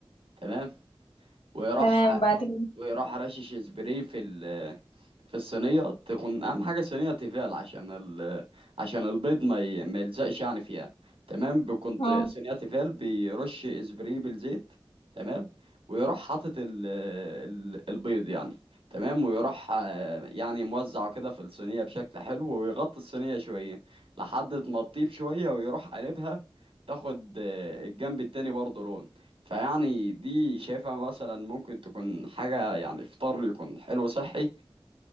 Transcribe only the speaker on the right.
تمام وراح
وراح رشش سبراي في ال في الصينية تكون أهم حاجة صينية تيفال عشان ال عشان البيض ما ي... ما يلزقش يعني فيها تمام كنت
صينية تيفال بيرش سبراي بالزيت تمام ويروح حاطط ال... ال... البيض يعني تمام ويروح آه، يعني موزعه كده في الصينية بشكل حلو ويغطي الصينية شوية لحد ما تطيب شوية ويروح قلبها تاخد آه، الجنب التاني برضه لون فيعني دي شايفها مثلا ممكن تكون حاجة يعني فطار يكون حلو صحي